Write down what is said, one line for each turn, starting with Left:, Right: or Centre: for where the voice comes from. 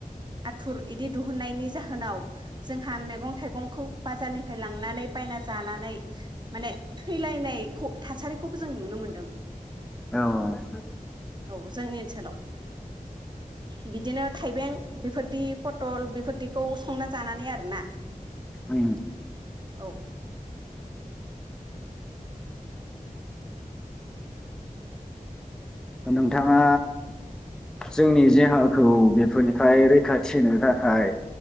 Right: आथुर इदि दिहुननायनि जाहोनाव जोंहा मेगं थाइगंखौ बाजारनिफ्राय लांनानै बायना जानानै माने थैलायनाय खौ थासारिखौबो जों नुनो मोनदों।
Centre: औ
Right: औ जोंनि ओनसोलाव बिदिनो थाइबें बेफोरदि पटल बेफोरदिखौ संना जानानै आरोना
Centre: उम
Right: औ।
Centre: नोंथाङा जोंनि देहाखौ बेफोरनिफ्राय रैखाथि होनो थाखाय